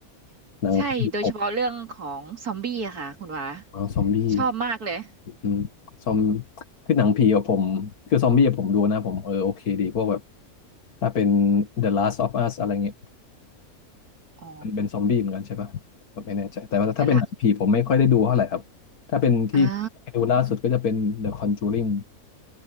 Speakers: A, on the right; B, on the left.
A: <laughs>
B: หนังผีผม
A: ใช่โดยเฉพาะเรื่องของซอมบี้อะค่ะคุณวา
B: อ๋อซอมบี้
A: ชอบมากเลย
B: อืมซอมคือหนังผีกับผมคือซอมบี้อะผมดูนะผมเออโอเคดีพวกแบบถ้าเป็น The Last of Us อะไรเงี้ย
A: อ๋อ
B: มันเป็นซอมบี้เหมือนกันใช่ปะผมไม่แน่ใจแต่ว่าถ้าเป็นหนังผีผมไม่ค่อยได้ดูเท่าไหร่ครับ
A: เดี๋ยวละ
B: ถ้าเป็นที่
A: อ่า
B: ดูล่าสุดก็จะเป็น The Conjuring